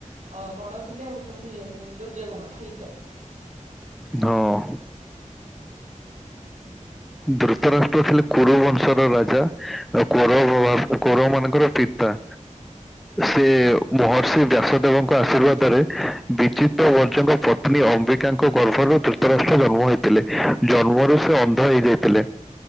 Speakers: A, on the right; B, in the centre.
A: ଅ ବଡ ଥିଲେ ହୋଉଚନ୍ତି ଦୁର୍ଯ୍ୟୋଧନ ଠିକ୍ କଥା।
B: ହଁ।
A: ହୁଁ।
B: ଧୁତରାଷ୍ଟ୍ର ଥିଲେ କୋଉରବଂଶର ରାଜା ଆଉ କୋଉର କୋଉରବ ମାନଙ୍କର ପିତା। ସେ
A: ହଁ
B: ମହର୍ଷି ବ୍ୟାସଦେବଙ୍କ ଆଶୀର୍ବାଦରେ ବିଚିତ ବର୍ଜଙ୍କ ପତ୍ନୀ ଅମ୍ବିକାଙ୍କ ଗର୍ଭରୁ ଯୁତରାଷ୍ଟ୍ର ଜନ୍ମ ହେଇଥିଲେ ଜନ୍ମ ସେ ଅନ୍ଧ ହେଇଯାଇଥିଲେ